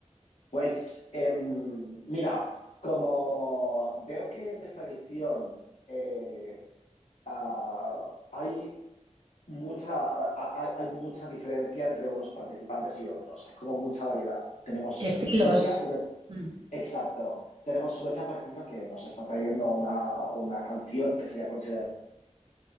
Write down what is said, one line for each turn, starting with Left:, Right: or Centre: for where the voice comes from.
Left: Pues em, mira, como veo que en esta edición eh, ah, hay mucha, ah, hay hay mucha diferencia entre unos participantes y otros, hay como mucha variedad. Tenemos
Right: ¿Qué estilos?
Left: Suecia, que
Right: Mm.
Left: Exacto. Tenemos Suecia, por ejemplo, que nos está trayendo una, una canción que sería considerada